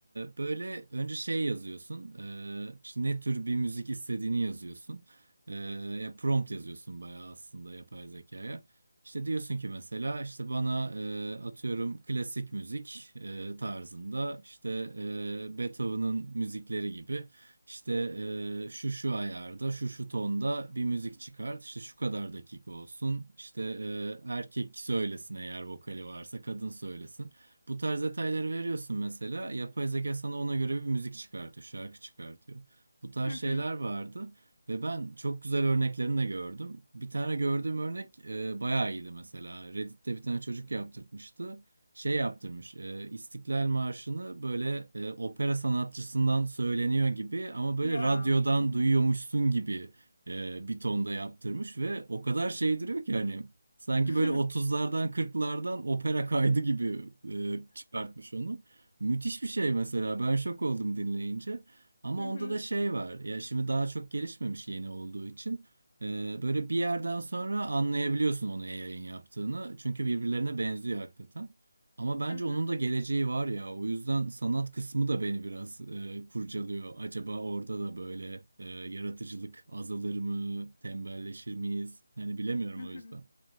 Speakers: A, on the right (about 80°); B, on the left (about 55°).
A: böyle önce şey yazıyorsun. Ee, işte ne tür bir müzik istediğini yazıyorsun. Ee, ya prompt yazıyorsun bayağı aslında yapay zekaya. İşte diyorsun ki mesela işte bana e, atıyorum klasik müzik e, tarzında işte e, Beethoven'ın müzikleri gibi işte eee, şu şu ayarda, şu şu tonda bir müzik çıkart. İşte şu kadar dakika olsun. İşte eee, erkek söylesin eğer vokali varsa, kadın söylesin. Bu tarz detayları veriyorsun mesela. Yapay zeka sana ona göre bir müzik çıkartıyor, şarkı çıkartıyor. Bu tarz
B: Hı hı.
A: şeyler vardı. Ve ben çok güzel örneklerini de gördüm. Bir tane gördüğüm örnek eee bayağı iyiydi mesela. Reddit'te bir tane çocuk yaptırtmıştı şey yaptırmış. e, İstiklal Marşı'nı böyle e, opera sanatçısından söyleniyor gibi ama böyle
B: Ya.
A: radyodan
B: Hı hı.
A: duyuyormuşsun gibi e, bir tonda yaptırmış ve o kadar şey duruyor ki hani sanki
B: <laughs>
A: böyle otuzlardan kırklardan opera kaydı gibi e, çıkartmış onu. Müthiş bir şey mesela. Ben şok oldum dinleyince. Ama
B: Hı hı.
A: onda da şey var. Ya şimdi daha çok gelişmemiş yeni olduğu için. Ee, Böyle bir yerden sonra anlayabiliyorsun onu yayın yaptığını. Çünkü birbirlerine benziyor hakikaten. Ama bence
B: Hı hı.
A: onun da geleceği var ya. O yüzden sanat kısmı da beni biraz e, kurcalıyor. Acaba orada da böyle e, yaratıcılık azalır mı? Tembelleşir miyiz? Yani bilemiyorum
B: Hı
A: o
B: hı.
A: yüzden.